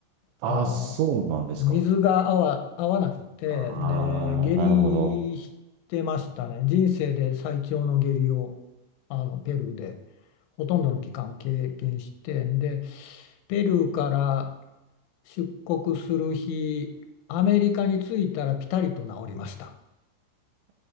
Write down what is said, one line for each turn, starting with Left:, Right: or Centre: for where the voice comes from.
Right: ああ、
Left: あの、
Right: そうなんですか。
Left: 水が合わ、合わなくて、
Right: ああ、
Left: で、下痢してましたね。
Right: なるほど。
Left: 人生で最長の下痢を、あの、ペルーでほとんどの期間経験して、で、ペルーから出国する日、アメリカに着いたらピタリと治りました。